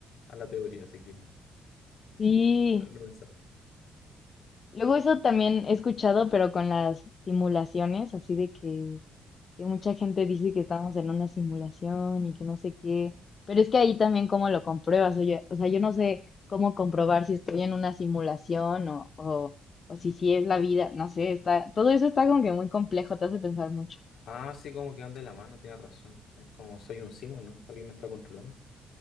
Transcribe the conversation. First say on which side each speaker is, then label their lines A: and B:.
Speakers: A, on the left; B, on the left.
A: a la teoría, así que
B: Sí.
A: no, no pensar.
B: Luego eso también he escuchado, pero con las simulaciones, así de que, que mucha gente dice que estamos en una simulación y que no sé qué, pero es que ahí también cómo lo compruebas, oye, o sea, yo no sé cómo comprobar si estoy en una simulación o, o, o si sí es la vida, no sé, está, todo eso está como que muy complejo, te hace pensar mucho.
A: Ah, sí, como que anda de la mano, tienes razón. Es como soy un simo, ¿no? Alguien me está controlando.